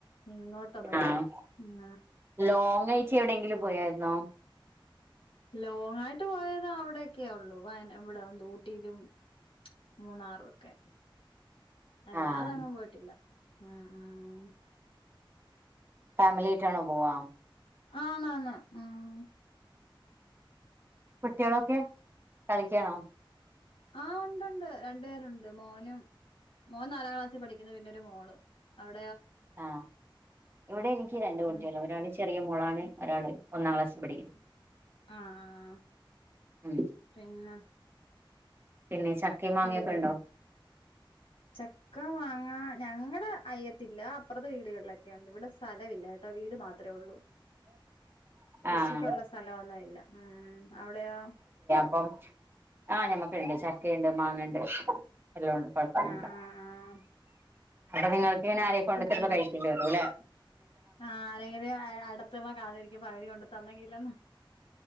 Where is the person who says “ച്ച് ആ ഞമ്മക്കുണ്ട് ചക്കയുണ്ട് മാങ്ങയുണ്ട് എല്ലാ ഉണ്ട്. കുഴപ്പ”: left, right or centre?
Right